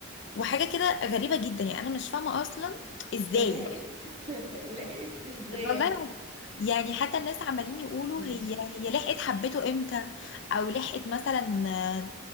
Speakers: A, on the left; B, on the right.
A: وحاجة كده غريبة جدا يعني أنا مش فاهمة أصلا إزاي
B: هي لحقت <laughs> لحقت ازاي؟
A: والله لو- يعني حتى الناس عمالين يقولوا
B: مم.
A: هي هي لحقت حبته امتى او لحقت مثلا آه،